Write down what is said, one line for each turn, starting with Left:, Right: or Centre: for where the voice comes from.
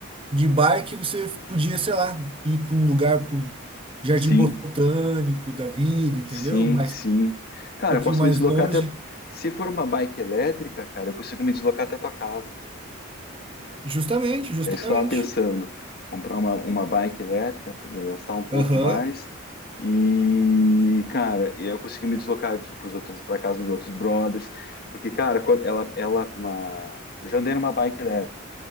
Right: De bike você podia, sei lá, ir para um lugar, para um jardim
Left: Sim,
Right: botânico da vida, entendeu?
Left: sim,
Right: Mas
Left: sim.
Right: um
Left: Cara,
Right: pouquinho
Left: eu posso
Right: mais
Left: me deslocar
Right: longe.
Left: até. Se for uma bike elétrica, cara, eu consigo me deslocar até a tua casa.
Right: Justamente, justamente.
Left: Eu estava pensando comprar uma, uma bike elétrica, gastar um pouco
Right: Aham,
Left: mais e, cara, e eu consegui me deslocar para os outros, para casa dos outros brothers, porque, cara, quando ela, ela com uma, eu já andei numa bike elétrica,